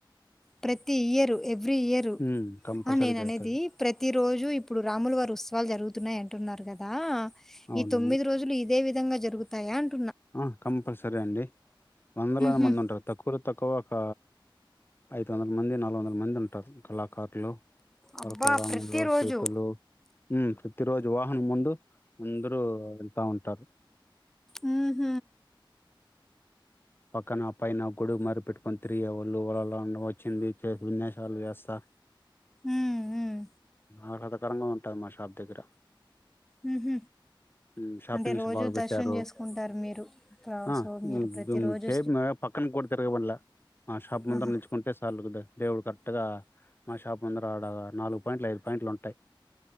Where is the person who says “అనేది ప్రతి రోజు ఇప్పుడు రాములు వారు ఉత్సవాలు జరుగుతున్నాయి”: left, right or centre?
Centre